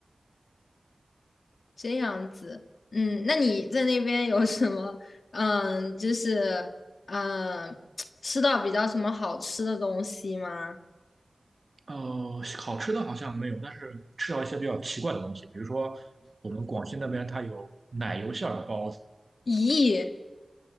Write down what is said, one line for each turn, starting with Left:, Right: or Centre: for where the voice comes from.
Left: 这样子，嗯，那你在那边有什么，嗯，就是嗯，吃到比较什么好吃的东西吗？
Right: 呃，好吃的好像没有，但是吃到一些比较奇怪的东西，比如说我们广西那边它有奶油馅儿的包子，
Left: 咦，